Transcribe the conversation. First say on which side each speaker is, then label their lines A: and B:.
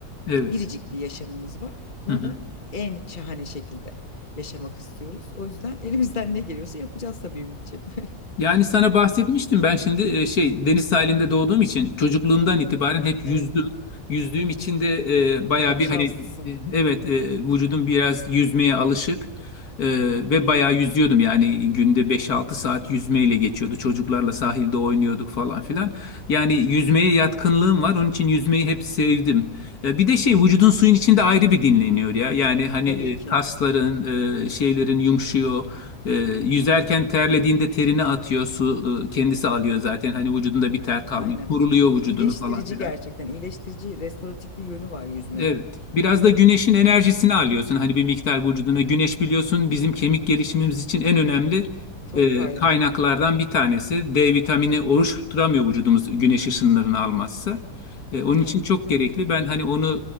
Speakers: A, on the left; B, on the left.
A: Evet.
B: biricik bir yaşamımız var. Bunu
A: Hı hı.
B: da en şahane şekilde yaşamak istiyoruz. O yüzden elimizden ne geliyorsa yapacağız tabii Ümitciğim. <laughs>
A: Yani sana bahsetmiştim ben şimdi e, şey deniz sahilinde doğduğum için çocukluğumdan itibaren hep yüzdüm.
B: Evet,
A: Yüzdüğüm için de e, bayağı
B: çok
A: bir
B: şanslısın.
A: hani e, evet e, vücudum biraz yüzmeye alışık E, ve bayağı yüzüyordum yani günde beş altı saat yüzmeyle geçiyordu. Çocuklarla sahilde oynuyorduk falan filan. Yani yüzmeye yatkınlığım var onun için yüzmeyi hep sevdim. E, bir de şey vücudun
B: Hı. hı.
A: suyun içinde ayrı bir dinleniyor ya. Yani hani
B: Tabii
A: e,
B: ki.
A: kasların e, şeylerin yumuşuyor. E, yüzerken terlediğinde terini atıyor. Su e, kendisi alıyor zaten. Hani vücudunda bir ter kalmıyor.
B: Aynen.
A: Kuruluyor
B: Çok
A: vücudunu
B: iyileştirici
A: falan filan.
B: gerçekten. İyileştirici, restoratif bir yönü var yüzmenin.
A: Evet. Biraz da güneşin enerjisini alıyorsun. Hani bir miktar vücuduna. Güneş biliyorsun bizim kemik gelişimimiz için en önemli
B: Çok
A: e,
B: faydalı.
A: kaynaklardan bir tanesi. D vitamini oluşturamıyor vücudumuz güneş ışınlarını almazsa. E, onun için
B: Evet,
A: çok gerekli. Ben hani onu